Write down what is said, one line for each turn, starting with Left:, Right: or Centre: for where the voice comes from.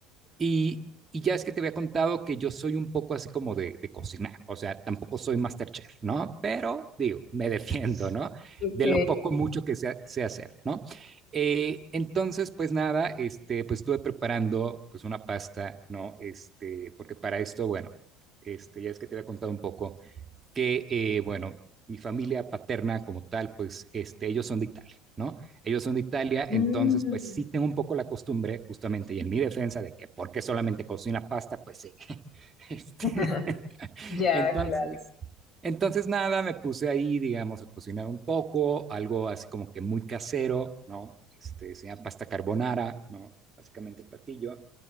Right: Y, y ya es que te había contado que yo soy un poco así como de, de cocinar, o sea, tampoco soy masterchef, ¿no? Pero digo, me <laughs> defiendo, ¿no?
Left: Ok.
Right: De lo poco, mucho que sé, sé hacer, ¿no? Eh, entonces, pues nada, este, pues estuve preparando pues una pasta, ¿no? Este, porque para esto, bueno, este, ya es que te había contado un poco que, eh, bueno, mi familia paterna como tal, pues este, ellos son de Italia, ¿no? Ellos son de Italia,
Left: Mm,
Right: entonces pues sí tengo un poco la costumbre justamente y en mi defensa de que porque solamente cocina pasta, pues sí. <laughs> Este,
Left: <laughs>
Right: <laughs>
Left: ya,
Right: entonces,
Left: claro.
Right: entonces nada, me puse ahí, digamos, a cocinar un poco, algo así como que muy casero, ¿no? Este, se llama pasta carbonara, ¿no? Básicamente el platillo.